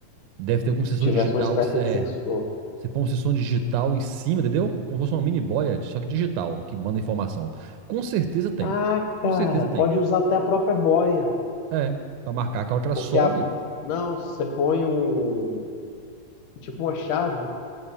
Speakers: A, on the right (about 80°); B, on the left (about 75°).
A: Deve ter algum
B: Se
A: sensor
B: tivesse
A: digital
B: uma espécie
A: que você- é.
B: de sensor.
A: Você põe um sensor digital em cima, entendeu? Como se fosse uma mini boia, só que digital, que manda informação. Com certeza tem.
B: Ah,
A: Com
B: cara,
A: certeza
B: pode
A: tem.
B: usar até a própria boia.
A: É, pra marcar que a hora que ela
B: Porque
A: sobe,
B: a. Não, você põe um. Tipo uma chave